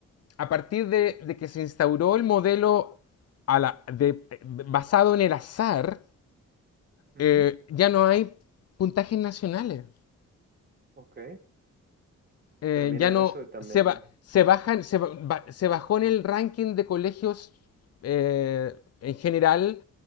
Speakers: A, on the left; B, on the right.
A: a partir de, de que se instauró el modelo a la- de- basado en el azar,
B: Ujú,
A: eh, ya no hay puntajes nacionales.
B: ok,
A: Eh,
B: termina
A: ya no
B: eso y también,
A: se, ba- se bajan, se, ba- se bajó en el ranking de colegios eh, en general